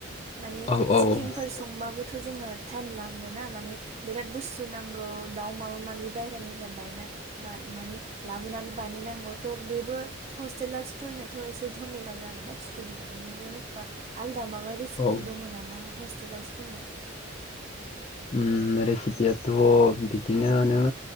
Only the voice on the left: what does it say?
औ औ
औ
उम रेसिपियाथ' बिदिनोआनो